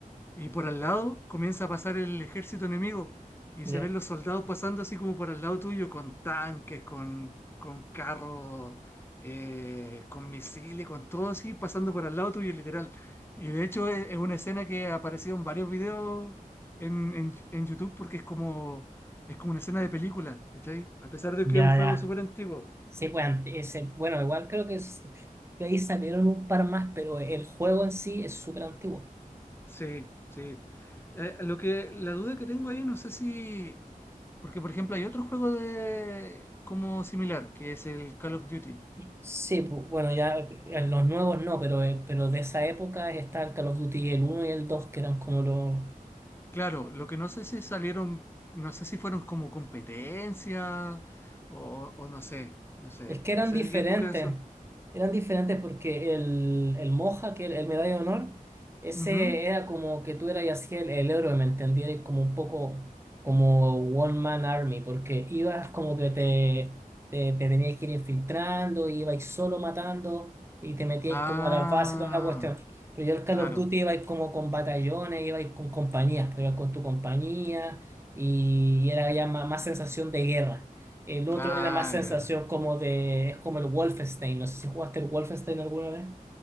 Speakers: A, on the left; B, on the right.
A: Y por al lado comienza a pasar el ejército enemigo y
B: ya,
A: se ven los soldados pasando así como por al lado tuyo, con tanques, con, con carros, eh, con misiles, con todo así, pasando por al lado tuyo, literal. Y de hecho es, es una escena que ha aparecido en varios videos en, en- en YouTube porque es como, es como una escena de película, ¿cachai? A pesar de
B: ya,
A: que es un juego
B: ya.
A: súper antiguo.
B: Sí, pues, ante- ese, bueno, igual creo que es- de ahí salieron un par más, pero el juego en sí es súper antiguo.
A: Sí, sí. Eh, lo que, la duda que tengo ahí, no sé si... Porque, por ejemplo, hay otro juego de como similar, que es el Call of Duty.
B: Sí, pu- bueno, ya eh, los nuevos no, pero, eh, pero de esa época está el Call of Duty el uno y el 2 que eran como los,
A: Claro, lo que no sé si salieron, no sé si fueron como competencia o, o no sé, no sé,
B: Es que eran
A: no sé
B: diferentes,
A: de qué época son.
B: eran diferentes porque el, el Moja, que el, el medalla de honor, ese
A: Ujú.
B: era como que tú eras y así el, el héroe, ¿me entendieras? Como un poco como One Man Army, porque ibas como que te, te, te tenías que ir infiltrando, ibais solo matando y te metíais
A: Ah,
B: como a las bases y toda la cuestión. Pero yo el Call
A: claro.
B: of Duty ibais como con batallones, ibais con compañías, pues, ibas con tu compañía y, y era ya más más sensación de guerra. El otro
A: Ah,
B: era más sensación
A: ya.
B: como de, es como el Wolfenstein, no sé si jugaste el Wolfenstein alguna vez.